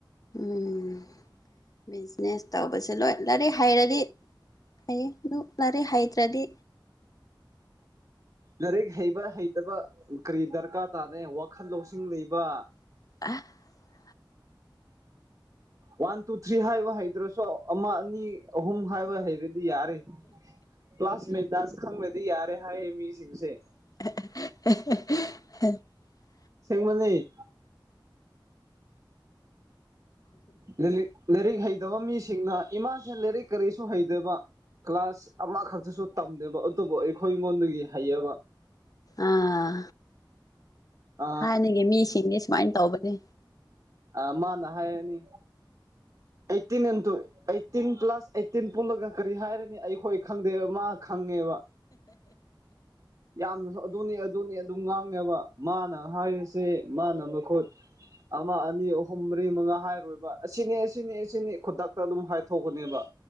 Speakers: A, on the left; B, on the right.
A: ꯎꯝ ꯕꯤꯖꯤꯅꯦꯁ ꯇꯧꯕꯁꯦ ꯂꯣꯏ ꯂꯥꯏꯔꯤꯛ ꯍꯩꯔꯗꯤ ꯐꯩꯌꯦ ꯑꯗꯨ ꯂꯥꯏꯔꯤꯛ ꯍꯩꯇ꯭ꯔꯗꯤ
B: ꯂꯥꯏꯔꯤꯛ ꯍꯩꯕ ꯍꯩꯇꯕ ꯀꯔꯤ ꯗꯔꯀꯥꯔ ꯇꯥꯗꯦ ꯋꯥꯈꯜ ꯂꯧꯁꯤꯡ ꯂꯩꯕ
A: <unintelligible>
B: ꯋꯥꯟ ꯇꯨ ꯊ꯭ꯔꯤ ꯍꯥꯏꯕ ꯍꯩꯗ꯭ꯔꯁꯣ ꯑꯃ ꯑꯅꯤ ꯑꯍꯨꯝ ꯍꯥꯏꯕ ꯍꯩꯔꯗꯤ ꯌꯥꯔꯦ ꯀ꯭ꯂꯥꯁꯃꯦꯗꯥꯁ ꯈꯪꯔꯗꯤ ꯌꯥꯔꯦ꯫ ꯍꯥꯏꯑꯦ ꯃꯤꯁꯤꯡꯁꯦ
A: <unintelligible>
B: ꯊꯦꯡꯃꯜꯂꯦ꯫ ꯂꯔꯤꯛ ꯂꯥꯏꯔꯤꯛ ꯍꯩꯇꯕ ꯃꯤꯁꯤꯡꯅ ꯏꯃꯥꯥꯁꯦ ꯂꯥꯏꯔꯤꯛ ꯀꯔꯤꯁꯨ ꯍꯩꯇꯕ ꯀ꯭ꯂꯥꯁ ꯑꯃꯈꯛꯇꯁꯨ ꯇꯝꯗꯦꯕ ꯑꯗꯨꯕꯨ ꯑꯩꯈꯣꯏꯉꯣꯟꯗꯒꯤ ꯍꯩꯌꯦꯕ꯫
A: ꯑꯥ
B: ꯑ
A: ꯊꯥꯏꯅꯒꯤ ꯃꯤꯁꯤꯡꯅꯦ ꯁꯨꯃꯥꯏꯅ ꯇꯧꯕꯅꯦ꯫
B: ꯑꯥ ꯃꯥꯅ ꯍꯥꯏꯔꯅꯤ꯫ ꯑꯩꯠꯇꯤꯟ ꯏꯟꯊꯨ ꯑꯩꯠꯇꯤꯟ ꯄ꯭ꯂꯥꯁ ꯑꯩꯠꯇꯤꯟ ꯄꯨꯜꯂꯒ ꯀꯔꯤ ꯍꯥꯏꯔꯅꯤ ꯑꯩꯈꯣꯏ ꯈꯪꯗꯦ ꯃꯥ ꯈꯪꯉꯦꯕ ꯌꯥꯝꯅꯁꯨ ꯑꯗꯨꯅꯦ ꯑꯗꯨꯅꯦ ꯑꯗꯨꯝ ꯉꯥꯡꯉꯦꯕ꯫ ꯃꯥꯅ ꯍꯥꯏꯔꯤꯁꯤ ꯃꯥꯅ ꯑꯃꯨꯛ ꯨꯈꯨꯠ ꯑꯃ ꯑꯅꯤ ꯑꯍꯨꯝ ꯃꯔꯤ ꯃꯉꯥ ꯍꯥꯏꯔꯣꯏꯕ ꯑꯁꯤꯅꯦ ꯁꯤꯅꯦ ꯁꯤꯅꯦ ꯈꯨꯗꯛꯇ ꯑꯗꯨꯝ ꯍꯥꯏꯊꯣꯛꯄꯅꯦꯕ